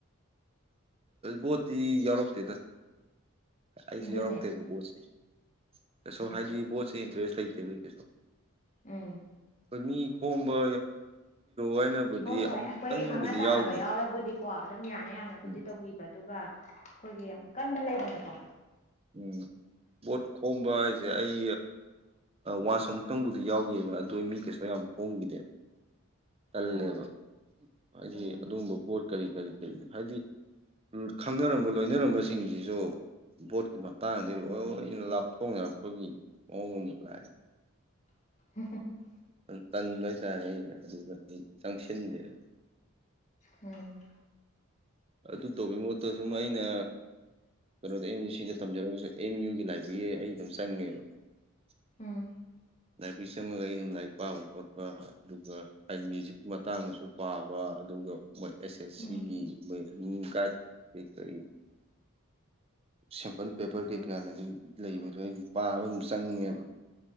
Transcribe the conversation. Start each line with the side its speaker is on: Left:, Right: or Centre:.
Right: ꯕꯣꯠꯇꯤ ꯌꯥꯎꯔꯛꯇꯦꯗ ꯑꯩꯁꯨ
Left: ꯑꯗꯨꯅꯦ
Right: ꯌꯥꯎꯔꯛꯇꯦꯕ ꯕꯣꯠꯁꯦ ꯀꯩꯁꯨꯣ
Left: ꯎꯝ
Right: ꯍꯥꯏꯗꯤ ꯕꯣꯠꯁꯦ ꯏꯟꯇꯔꯦꯁ ꯂꯩꯇꯦꯕꯒꯤ ꯀꯩꯁꯨ
Left: ꯎꯝ
Right: ꯑꯩꯣꯏ ꯃꯤ ꯈꯣꯝꯕ ꯍꯥꯏꯅꯕꯨꯗꯤ
Left: ꯍꯣꯏ ꯍꯣꯏ
Right: ꯑꯃꯨꯛꯇꯪꯕꯨꯗꯤ
Left: ꯑꯩꯈꯣꯏꯒꯤ ꯈꯪꯅ ꯆꯥꯟꯅꯕ
Right: ꯌꯥꯎꯈꯤ
Left: ꯌꯥꯎꯔꯕꯨꯗꯤꯀꯣ ꯑꯗꯨꯝ ꯌꯥꯅ ꯌꯥꯅꯕ ꯕꯨꯗꯤ
Right: ꯎꯝ
Left: ꯇꯧꯕꯤꯕ ꯑꯗꯨꯒ ꯑꯩꯈꯣꯏꯒꯤ ꯌꯥꯝ ꯀꯟꯕ ꯂꯩꯗꯅꯀꯣ
Right: ꯎꯝ ꯕꯣꯠ ꯈꯣꯝꯕ ꯍꯥꯏꯁꯦ ꯑꯩ ꯋꯥꯟꯁ ꯑꯃꯨꯛꯇꯪꯕꯨꯗꯤ ꯌꯥꯎꯒꯦꯕ ꯑꯗꯨꯗ ꯃꯤ ꯀꯩꯁꯨ ꯌꯥꯝ ꯍꯣꯡꯒꯗꯦ ꯇꯜꯂꯦꯕ
Left: ꯑꯣ
Right: ꯍꯥꯏꯗꯤ
Left: ꯎꯝ
Right: ꯑꯗꯨꯒꯨꯝꯕ ꯕꯣꯠ ꯀꯔꯤ ꯀꯔꯤ ꯀꯔꯤ ꯍꯥꯏꯗꯤ ꯈꯪꯅꯔꯝꯕ ꯂꯣꯏꯅꯔꯝꯕꯁꯤꯡꯁꯤꯁꯨ ꯚꯣꯠꯀꯤ ꯃꯇꯥꯡꯗꯤ ꯂꯣꯏꯅ
Left: ꯎꯝ
Right: ꯂꯥꯞ ꯣꯡ ꯉꯛꯄꯒꯤ ꯃꯑꯣꯡ ꯑꯃ ꯂꯥꯛꯑꯦꯕ
Left: <unintelligible>
Right: ꯑꯗꯨ ꯀꯟꯕ ꯍꯥꯏꯇꯥꯔꯦ ꯑꯩꯩꯅ ꯑꯗꯨꯒ ꯑꯩ ꯆꯪꯁꯤꯟꯗꯦꯕ
Left: ꯎꯝ
Right: ꯑꯗꯨ ꯇꯧꯕꯒꯤ ꯃꯍꯨꯠꯇ ꯁꯨꯝ ꯑꯩꯅ ꯀꯩꯅꯣꯗ ꯑꯦꯝ ꯌꯨ ꯁꯤꯗ ꯊꯝꯖꯔꯒꯁꯨ ꯑꯦꯝ ꯌꯨꯒꯤ ꯂꯥꯏꯕ꯭ꯔꯦꯔꯤ ꯑꯩ ꯑꯗꯨꯝ ꯆꯪꯉꯦꯕ
Left: ꯎꯝ
Right: <unintelligible> ꯂꯥꯏꯕꯔꯤ ꯆꯪꯉꯒ ꯑꯩ ꯑꯗꯨꯝ ꯂꯥꯏꯔꯤꯛ ꯄꯥꯕ ꯈꯣꯠꯄ ꯑꯗꯨꯒ ꯍꯥꯏ ꯃ꯭ꯌꯨꯖꯤꯛꯀꯤ ꯃꯇꯥꯡꯗꯁꯨ ꯄꯥꯕ ꯑꯗꯨꯒ ꯃꯣꯏ ꯑꯦꯁ ꯑꯦꯁ ꯁꯤꯒꯤ
Left: ꯎꯝ
Right: ꯃꯣꯏ ꯑꯗꯨ ꯒꯥꯏꯗ ꯀꯔꯤ ꯀꯔꯤ ꯁꯦꯝꯄꯜ ꯄꯦꯄꯔ ꯀꯩꯀꯥꯒ
Left: ꯎꯝ ꯎꯝ
Right: ꯑꯗꯨꯝ ꯂꯩꯕꯗꯣ ꯑꯩ ꯄꯥꯕ ꯑꯗꯨꯝ ꯆꯪꯉꯦꯕ
Left: ꯎꯝ